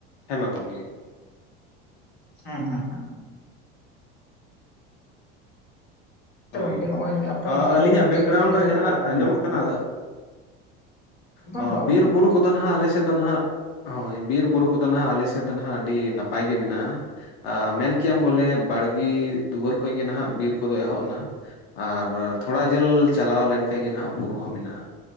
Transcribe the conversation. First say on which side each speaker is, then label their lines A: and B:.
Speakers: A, on the left; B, on the left.
A: ᱦᱮᱸ ᱢᱟ ᱜᱚᱝᱠᱮ
B: <unintelligible> ᱛᱚ
A: ᱦᱳᱭ
B: ᱜᱚᱝᱠᱮ ᱦᱚᱸᱜᱼᱚᱭ ᱟᱯᱮ ᱚᱱᱛᱮ
A: ᱟᱹᱞᱤᱧᱟᱜ
B: ᱛᱟᱦᱚᱞᱮ
A: ᱵᱮᱠᱜᱨᱟᱭᱩᱱ
B: ᱵᱤᱨ ᱵᱩᱨᱩ ᱠᱚᱫᱚ
A: ᱨᱮ ᱡᱟᱦᱟᱱᱟᱜ
B: ᱚᱠᱟ ᱞᱮᱠᱟ
A: ᱟᱸᱡᱚᱢᱚᱜ
B: ᱢᱮᱱᱟᱜ ᱟᱥᱮ
A: ᱠᱟᱱᱟ
B: ᱵᱟᱝ
A: ᱦᱚᱸ
B: ᱵᱟᱝ
A: ᱵᱤᱨ
B: ᱵᱟᱝ ᱵᱟᱝ
A: ᱵᱩᱨᱩ ᱠᱚᱫ ᱟᱫᱚ ᱱᱟᱦᱟᱜ ᱟᱞᱮ ᱥᱮᱫ ᱫᱚ ᱱᱟᱦᱟᱜ ᱦᱳᱭ ᱵᱤᱨ ᱵᱩᱨᱩ ᱠᱚᱫᱚ ᱱᱟᱦᱟᱜ ᱟᱞᱮ ᱥᱮᱫ ᱫᱚ ᱱᱟᱦᱟᱜ ᱟᱹᱰᱤ ᱱᱟᱯᱟᱭ ᱜᱮ ᱢᱮᱱᱟᱜ-ᱟ ᱟ ᱢᱮᱱ ᱠᱮᱭᱟᱢ ᱵᱚᱞᱮ ᱵᱟᱲᱜᱤ ᱫᱩᱣᱟᱹᱨ ᱠᱷᱚᱱ ᱜᱮ ᱱᱟᱦᱟᱜ ᱵᱤᱨ ᱠᱚᱫᱚ ᱮᱦᱚᱵ ᱱᱟ ᱟᱨ ᱛᱷᱚᱲᱟ ᱡᱷᱟᱹᱞ ᱪᱟᱞᱟᱣ ᱞᱮᱱᱠᱷᱟᱡ ᱜᱮ ᱟᱸᱜ ᱵᱩᱨᱩ ᱦᱚᱸ ᱢᱮᱱᱟᱜ-ᱟ